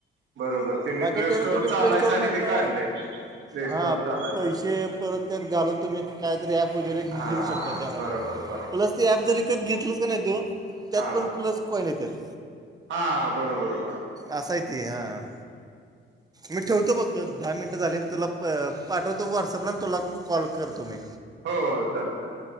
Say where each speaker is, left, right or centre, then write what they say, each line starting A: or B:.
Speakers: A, on the right (about 70°); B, on the right (about 20°).
A: बरोबर त्यांनी
B: बाकी
A: प्ले
B: त्यानं
A: स्टोर
B: तुम्ही
A: चालायसाठी
B: प्ले स्टोर मधनं
A: ते काढले प्ले स्टोर
B: हा
A: चालायसाठी
B: पैसे परत त्यात घालून तुम्ही काहीतरी ॲप वगैरे घेऊ
A: हा
B: शकता त्यामधन.
A: बरोबर बरोबर
B: प्लस ते ॲप जर विकत घेतलंस कनी तु त्यात
A: हा
B: पण प्लस कॉइन येत्यात.
A: हा बरोबर बरोबर.
B: अस हाय ते हां. मी ठेवतो बघ दहा मिनटं झाले मी तुला प पाठवतो व्हॉट्सअपला ना तुला कॉल करतो मी.
A: हो चालतंय